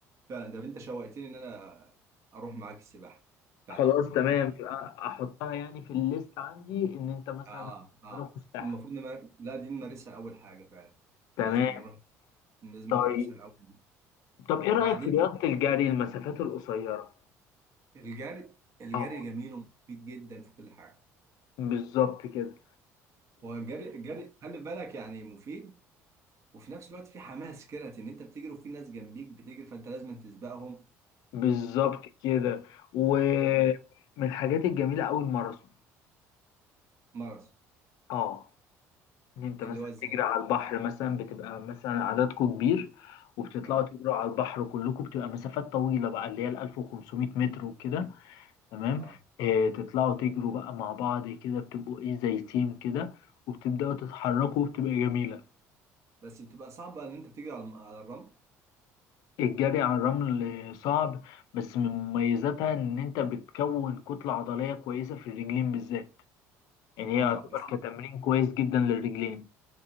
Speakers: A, on the right; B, on the left.
A: فعلا ده انت شوقتني ان انا اروح معاك السباحه فعلا
B: خلاص تمام
A: انا
B: يبقى احطها يعني في الليست عندي ان انت مثلا
A: اه اه
B: تروح الساحل
A: المفروض نمار... لا دي نمارسها اول حاجه فعلا
B: تمام
A: لازم نروح لازم
B: طيب
A: نمارسها الاول
B: طب ايه
A: وبعدين
B: رأيك في رياضة الجري المسافات القصيرة
A: الجري الجري
B: اه
A: جميل ومفيد جدا في كل حاجه
B: بالظبط كده
A: هو الجري الجري خلي بالك يعني مفيد وفي نفس الوقت في حماس كده ان انت بتجري وفي ناس جنبيك بتجري فانت لازم تسبقهم
B: وبالظبط كده ومن
A: فحماس
B: الحاجات الجميلة أوي الماراثون
A: مرض
B: اه ان انت
A: اللي
B: مثلا
A: هو ازاي
B: تجري على البحر مثلا بتبقى مثلا عددكم كبير وبتطلعوا
A: اه
B: تجروا على البحر كلكم بتبقى مسافات طويلة بقى اللي هي ال 1500 متر وكده تمام
A: اه
B: آه تطلعوا تجروا بقى مع بعض كده بتبقوا ايه زي تيم كده وبتبدأوا تتحركوا وبتبقى جميلة
A: بس بتبقى صعبه ان انت بتجري على الم- على الرمل
B: الجري على الرمل صعب بس من مميزاتها ان انت بتكون كتلة عضلية كويسة في الرجلين بالذات يعني
A: اه
B: هي يعتبر
A: بس انت
B: كتمرين كويس جدا للرجلين